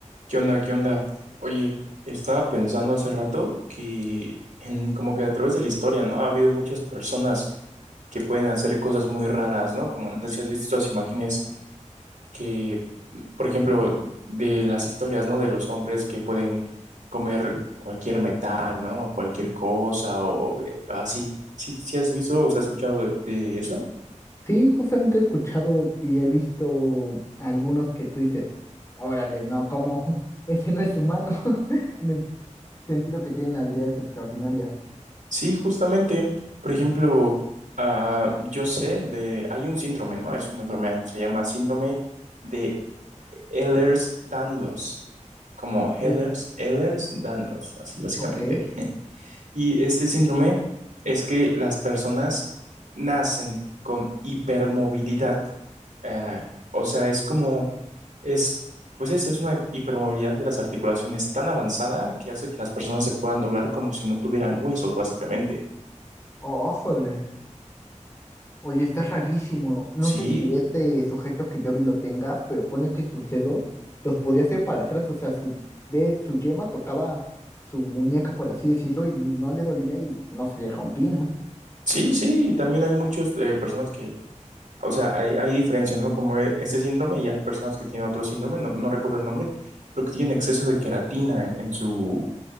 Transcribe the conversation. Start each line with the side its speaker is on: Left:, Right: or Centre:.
Right: ¿Qué onda? ¿Qué onda? Oye, estaba pensando hace rato que en, como que a través de la historia, ¿no? Ha habido muchas personas que pueden hacer cosas muy raras, ¿no? Como no sé si has visto estas imágenes que, por ejemplo, de las historias, ¿no? De los hombres que pueden comer cualquier metal, ¿no? Cualquier cosa o eh, así. ¿Sí, sí has visto o has escuchado de de eso?
Left: Sí, justamente he escuchado y he visto algunos que tú dices, órale, no, como <laughs> ese no es humano, <laughs> en el sentido que tienen habilidades extraordinarias.
Right: Sí, justamente, por ejemplo, ah, yo sé de, hay un síndrome, ¿no? Es una enfermedad, se llama síndrome de Ehlers-Danlos, como Ehlers,
Left: Eh,
Right: Ehlers-Danlos, así básicamente.
Left: ok.
Right: Y este síndrome es que las personas nacen con hipermovilidad, eh, o sea, es como, es, pues esto es una hipermovilidad de las articulaciones tan avanzada que hace que las personas se puedan doblar como si no tuvieran huesos, básicamente.
Left: Ójole. Oye, está rarísimo. No
Right: Sí,
Left: sé si este sujeto que yo vi lo tenga, pero ponle que sus dedos los podía hacer para atrás, o sea, su de su yema tocaba su muñeca, por así decirlo, y no le dolía y no se le rompía.
Right: Sí, sí, y también hay muchas eh, personas que, o sea, hay, hay diferencias, ¿no? Como e- este síndrome y hay personas que tienen otro síndrome, no, no recuerdo el nombre, pero que tienen exceso de queratina en, en su,